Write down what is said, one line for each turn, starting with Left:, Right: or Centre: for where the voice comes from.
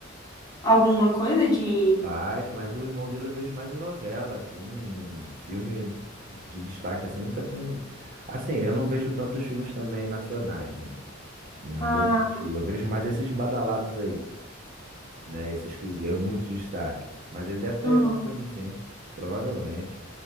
Left: alguma coisa de...
Right: Faz, mas o irmão dele eu vejo mais em novela, assim, em filme de destaque, assim, nunca tem. um, Assim, eu não vejo tantos filmes também nacionais, né? Né, Não
Left: Ah,
Right: vou mentir. Eu vejo mais esses badalados aí, né? Esses que ganham muito destaque. Mas ele deve estar
Left: aham.
Right: em algum filme, sim, provavelmente.